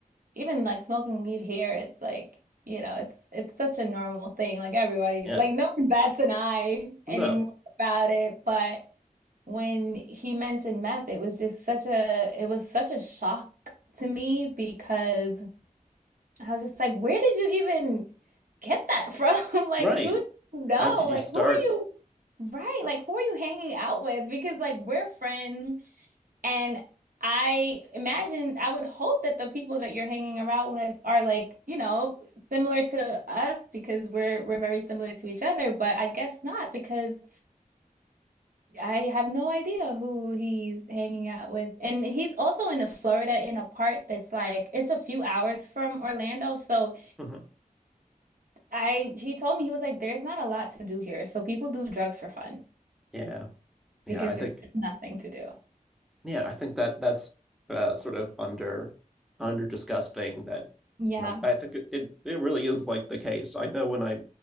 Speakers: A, on the right (about 70°); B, in the centre.
A: even like smoking weed here, it's like, you know, it's it's such a normal thing. Like everybody,
B: yeah,
A: like no one bats an eye
B: no,
A: anymore about it. But when he mentioned meth, it was just such a it was such a shock to me because I was just like, where did you even get that from? <laughs> Like
B: right.
A: who do you know?
B: How did
A: Like
B: you start?
A: who are you Right, like who are you hanging out with? Because like we're friends. And I imagine, I would hope that the people that you're hanging around with are like, you know, similar to us because we're we're very similar to each other, but I guess not because I have no idea who he's hanging out with. And he's also in Florida in a part that's like it's a few hours from Orlando, so
B: Mhm.
A: I he told me he was like, there's not a lot to do here. So people do drugs for fun
B: Yeah, yeah,
A: because
B: I think.
A: there's nothing to do.
B: yeah, I think that that's uh, sort of under under discussed thing that
A: Yeah.
B: you know I think it, it it really is like the case. I know when I